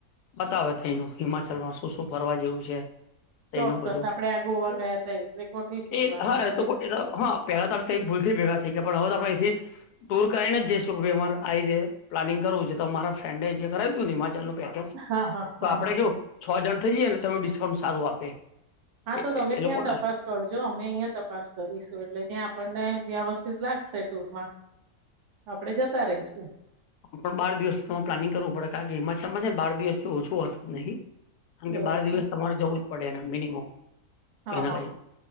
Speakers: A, on the left; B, on the right.
A: બતાવે તઈનું હિમાચલમાં શું શું ફરવા જેવું છે. તઈનું
B: ચોક્કસ
A: બધુ
B: આપડે આ ગોવા
A: એ
B: ગયા ત એવી રીતે ગોઠવીશું
A: એ
B: પ્લાનિંગ
A: હઅ
B: કરી
A: એતો એતો હઅ પહેલા તો આપડે તઈ ભૂલથી ભેગા થઈ ગયા પણ હવે તો આપડે અઈથી જ ટુર કરીને જઈશું કે ભઈ અમાર આ રીતે પ્લાનિંગ કરવું છે, તો મારા ફ્રેન્ડ જે કરાયું તું ન હિમાચલનું પેટર્સ
B: હા હા
A: તો
B: હા
A: આપડે
B: હા
A: કેવું છ જન થઈ જઈએને તો એનું ડિસ્કાઉન્ટ સારું આપે.
B: હા,
A: એ
B: તો તમે
A: એ એ
B: ત્યાં
A: લોકોને
B: તપાસ કરજો અમે અહિયા તપાસ કરીશું એટલે જ્યાં આપણને વ્યવસ્થિત લાગશે ટુરમાં આપડે જતા રઈશું.
A: પણ બાર દિવસનો પ્લાનિંગ કરવું પડે કારણ કે, હિમાચલમાં છે ને બાર દિવસથી ઓછું હોતું નહિ. કારણ કે
B: એવું
A: બાર
B: છે
A: દિવસ તમારે જવું જ પડે એને મિનિમમ.
B: હા
A: એને
B: હા
A: લઈન